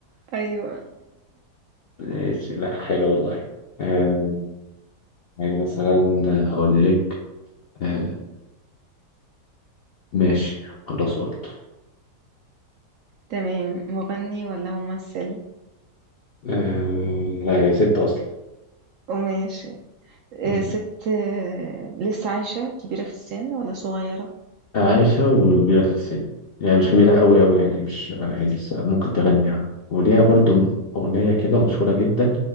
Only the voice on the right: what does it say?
أيوة
تمام مغني ولا ممثل
وماشي
آه، ست آه، لسه عايشة كبيرة في السن ولا صغيرة